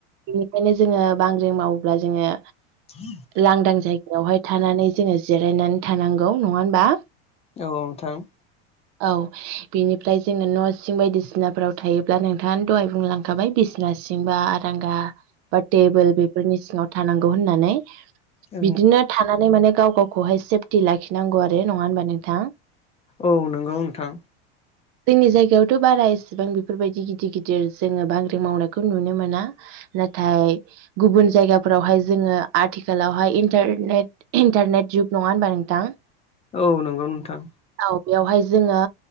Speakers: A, on the right (about 45°); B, on the left (about 20°).
A: बेनिखायनो जोङो बांग्रिं मावोब्ला जोङो
B: <unintelligible>
A: लांदां जायगायावहाय थानानै जोङो जिरायनानै थानांगौ नङा होनोमबा
B: औ नोंथां।
A: औ बिनिफ्राय जोङो न' सिं बायदिसिना बिसिनाफोराव थायोब्ला नोंथाङा दहाय बुंलांखाबाय बिसिना सिंबा आरांगा बा टेबोल बेफोरनि सिङाव थानांगौ होननानै
B: औ
A: बिदिनो थानानै माने गाव गावखौहाय सेफटि लाखिनांगौ आरो नङा होमबा नोंथां।
B: औ नंगौ नोंथां।
A: जोंनि जायगायावथ' बारा एसे एसेबां बेफोरबायदि गिदिर गिदिर जोङो बांग्रि मावनायखौ नुनो मोना नाथाय गुबुन जायगाफोरावहाय जोङो आथिखालावहाय इन्टारनेट इन्टारनेट जुग नङा होनबा नोंथां।
B: औ नंगौ नोंथां।
A: औ बेयावहाय जोङो